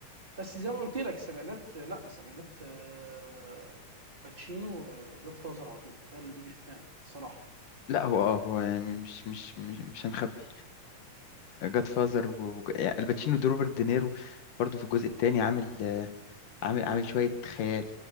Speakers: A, on the right; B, on the left.
A: بس زي ما قلت لك السبعينات لا السبعينات آه، باتشينو آه، جاد فازر على طول ده اللي بيجي في دماغي الصراحه
B: لا هو اه هو يعني مش مش مش مش هنخبي جاد فازر والباتشينو ده روبرت دينيرو برضو في الجزء الثاني عامل آه، عامل عامل شوية خيال